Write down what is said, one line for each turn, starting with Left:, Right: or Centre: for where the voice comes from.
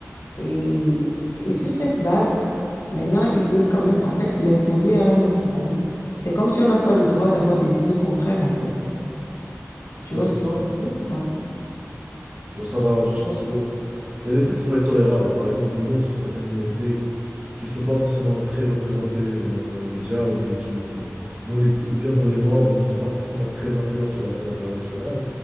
Left: Et, et sur cette base, maintenant, ils veulent quand même, en fait, l'imposer à un autre groupe. C'est comme si on n'a pas le droit d'avoir des idées contraires, en fait. Tu
Right: Bah,
Left: vois
Right: c'est
Left: ce que
Right: ça, hein.
Left: je veux dire? Ouais.
Right: Genre, ça va, genre, je pense qu'ils vont, Il y a des trucs qui vont être tolérables, par exemple de l'humour sur certaines minorités qui ne sont pas forcément très représentées dans, dans les médias, ou bien qui ne sont, dont les, ou bien dont les membres ne sont pas forcément très influents sur la scène internationale.